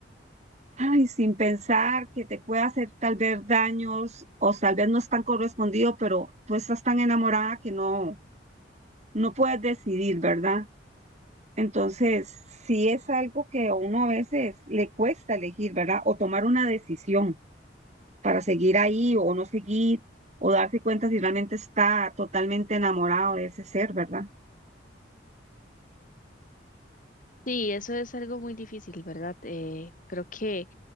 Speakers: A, on the right (about 40°); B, on the left (about 45°).
A: ay, sin pensar que te puede hacer tal vez daños o tal vez no es tan correspondido, pero tú estás tan enamorada que no, no puedes decidir, ¿verdad? Entonces, sí es algo que a uno a veces le cuesta elegir, ¿verdad? O tomar una decisión para seguir ahí o no seguir, o darse cuenta si realmente está totalmente enamorado de ese ser, ¿verdad?
B: Sí, eso es algo muy difícil, ¿verdad? Eh, creo que,